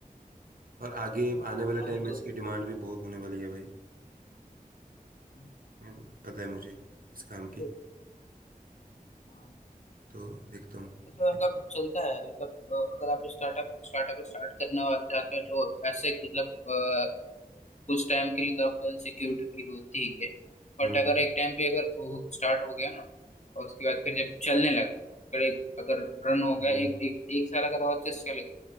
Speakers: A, on the right; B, on the left.
A: और आगे आने वाले
B: हाँ
A: टाइम
B: ये
A: में
B: तो
A: इसकी
B: है
A: डिमांड भी बहुत होने वाली है भाई
B: हम्म,
A: मैं- पता है मुझे इस काम की
B: तो हाँ
A: तो देखता हूँ
B: मतलब मतलब चलता है मतलब अ, अगर आप स्टार्टअप स्टार्टअप स्टार्ट करने वाले जाते हैं तो ऐसे मतलब अ, कुछ टाइम के लिए तो आपको इनसिक्योरिटी फील होती ही है बट
A: हम्म
B: अगर एक टाइम पे अगर वो स्टार्ट हो गया ना और उसके बाद फिर जब चलने लगा अगर एक अगर रन हो गया
A: हम्म,
B: एक एक एक साल अगर और चेस चल गए